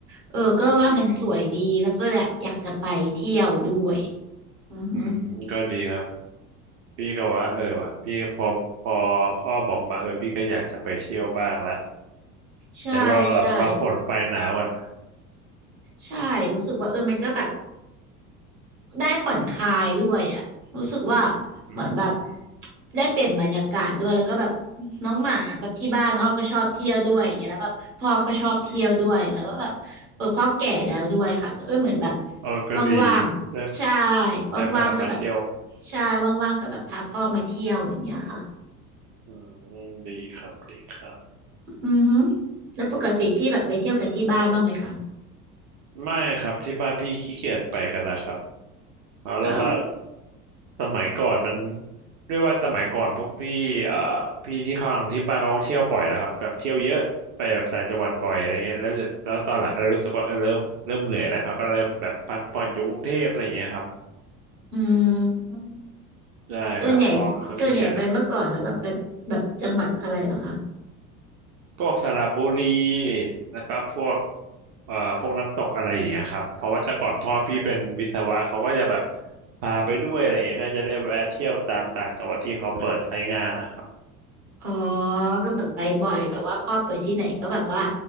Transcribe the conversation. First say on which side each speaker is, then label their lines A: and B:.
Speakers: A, on the right; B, on the right.
A: เออก็ว่ามันสวยดีแล้วก็แหละอยากจะไปเที่ยวด้วย
B: อืม
A: อือฮึ
B: อืมก็ดีครับพี่ก็ว่าเออว่ะพี่พอพออ้อบอกมาเออพี่ก็อยากจะไปเที่ยวบ้างละ
A: ใช่ใช่
B: เดี๋ยวรอก่อนรอฝนไปหนาวก่อน
A: ใช่รู้สึกว่าเออมันก็แบบ ได้ผ่อนคลายด้วยอ่ะรู้สึกว่า
B: อืมอืม
A: เหมือนแบบได้เปลี่ยนบรรยากาศด้วย แล้วก็แบบน้องหมาแบบที่บ้านอ้อก็ชอบเที่ยวด้วยอย่างเงี้ยแล้วแบบพ่อก็ชอบเที่ยวด้วยแล้วก็แบบเออพ่อแก่แล้วด้วยค่ะก็เออเหมือนแบบ
B: อืมเออก็ดี
A: ว่างๆ
B: ได้
A: ใช่ว่างๆก็แบบ
B: ได้พามาเที่ยว
A: ใช่ว่างๆก็แบบพาพ่อมาเที่ยวอย่างเงี้ยค่ะ
B: อืมดีครับดีครับ
A: อือฮึแล้วปกติพี่แบบไปเที่ยวกับที่บ้านบ้างไหมคะ
B: ไม่ครับที่บ้านพี่ขี้เกียจไปกันแล้วครับเอาเรียกว่า
A: อ้าว
B: สมัยก่อนมันด้วยว่าสมัยก่อนพวกพี่เอ่อพี่ที่ข้างที่บ้านเขาเที่ยวบ่อยแล้วครับแบบเที่ยวเยอะไปแบบต่างจังหวัดบ่อยอะไรเงี้ยแล้วแล้วตอนหลังก็เลยรู้สึกว่าเออเริ่มเริ่มเหนื่อยแล้วเขาก็เริ่มแบบพักผ่อนอยู่กรุงเทพอะไรเงี้ยครับ
A: อืม
B: ได้ครับพอเขาขี้เกียจแล้ว
A: ส่วนใหญ่ส่วนใหญ่ไปเมื่อก่อนแล้วแบบไปแบบจังหวัดอะไรเหรอคะ
B: พวกสระบุรีแล้วก็พวก เอ่อพวกน้ำตกอะไรอย่างเงี้ยครับเพราะว่าแต่ก่อนพ่อพี่เป็นวิศวะเขาก็จะแบบพาไปด้วยอะไรเงี้ยก็จะได้แวะเที่ยวตามต่างจังหวัดที่เขาเปิดใช้งานนะครับ
A: อ๋อก็เหมือนไปบ่อยแบบว่าพ่อไปที่ไหนก็แบบว่า